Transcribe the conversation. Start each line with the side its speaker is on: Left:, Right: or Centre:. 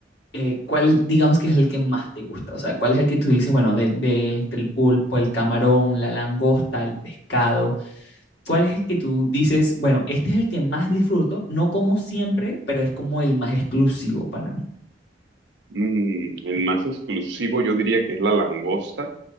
Left: eh, ¿cuál digamos que es el que más te gusta? O sea, ¿cuál es el que tú dices, bueno, de- del del pulpo, el camarón, la langosta, el pescado? ¿Cuál es el que tú dices, bueno, este es el que más disfruto, no como siempre, pero es como el más exclusivo para mí?
Right: Mm, el más exclusivo yo diría que es la langosta,